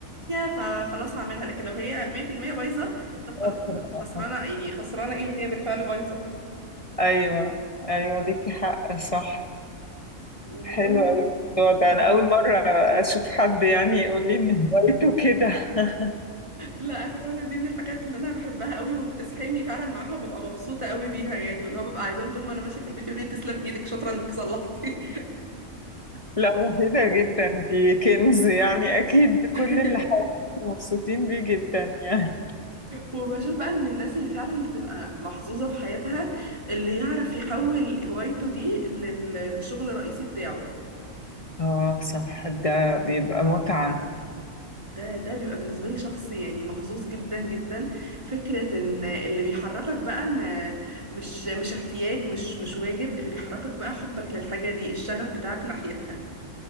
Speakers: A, on the right (about 20°); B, on the left (about 30°).
A: و50% فخلاص هعملها لكن لو هي 100% بايظه طب خلاص
B: شاطرة، آه.
A: خسرانه يعني خسرانه ايه ما هي بالفعل بايظه
B: ايوه ايوه ليكي حق صح
A: ومن
B: حلو
A: ضمن
B: اوي الموضوع ده
A: مم.
B: انا اول مرة اشوف حد يعني يقول لي ان هوايته كده <laughs>
A: لا انا فعلا دي من الحاجات اللي انا بحبها قوي وبتسحلني فعلا معاها وببقى مبسوطه قوي بيها يعني واللي هو ببقى عايزاهم طول ما انا ماشيه في البيت يقولوا لي تسلم ايدك شاطره انك صلحتي
B: لا مفيدة جدا دي كنز يعني أكيد كل
A: <laughs>
B: اللي حواليك مبسوطين بيه جدا يعني
A: وبشوف بقى من الناس اللي فعلا بتبقى محظوظه في حياتها اللي يعرف يحول هوايته دي لل- للشغل الرئيسي بتاعه
B: اه صح ده بيبقى متعة
A: ده ده بيبقى بالنسبه لي شخص يعني محظوظ جدا جدا فكره ان اللي بيحركك بقى ما مش مش احتياج مش مش واجب اللي بيحركك بقى حبك للحاجه دي الشغف بتاعك ناحيتها